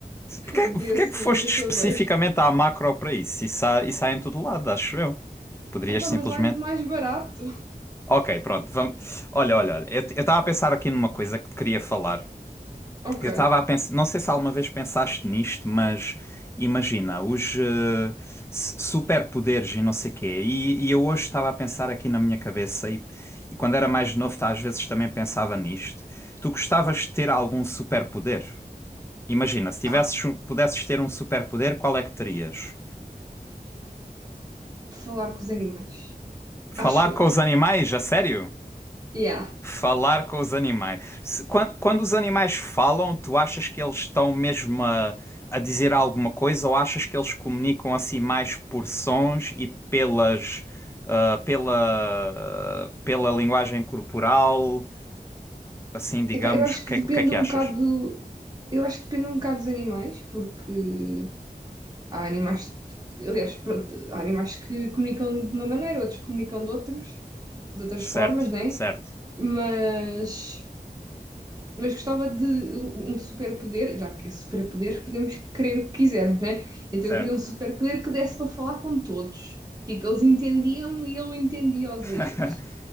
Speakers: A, on the left (about 15°); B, on the right (about 25°).
A: Se- Porquê,
B: desses,
A: porquê é que foste
B: desses papéis.
A: especificamente à macro para isso? Isso há, isso há em todo lado, acho eu. Poderias
B: Epá,
A: simplesmente.
B: mas lá é muito mais barato.
A: Ok, pronto, vamos. Olha, olha, olha, eu estava a pensar aqui numa coisa que te queria falar.
B: Ok.
A: Eu estava a pensar, não sei se alguma vez pensaste nisto, mas imagina, os eh, s- superpoderes e não sei quê. E, e eu hoje estava a pensar aqui na minha cabeça, e, e quando era mais novo, tá, às vezes também pensava nisto. Tu gostavas de ter algum superpoder? Imagina, se tivesses,
B: Ah,
A: um- pudesses ter um superpoder, qual é que terias?
B: falar com os animais.
A: Falar
B: Acho eu.
A: com os animais, a sério?
B: Yeah.
A: Falar com os animais. Se- quando, quando os animais falam, tu achas que eles estão mesmo a, a dizer alguma coisa ou achas que eles comunicam assim mais por sons e pelas, ah, pela, pela linguagem corporal? Assim, digamos,
B: Epá, eu acho
A: o que,
B: que depende
A: é- o que é que
B: um
A: achas?
B: bocado. Eu acho que depende um bocado dos animais, porque há animais. Aliás, pronto, há animais que comunicam de uma maneira, outros comunicam de outros, de outras
A: Certo,
B: formas, né?
A: certo,
B: Mas, mas gostava de um superpoder, já que é superpoder, podemos querer o que quisermos, né? Então
A: certo.
B: eu queria um superpoder que desse para falar com todos. Tipo, eles entendiam-me e eu entendia-os
A: <laughs>
B: a eles.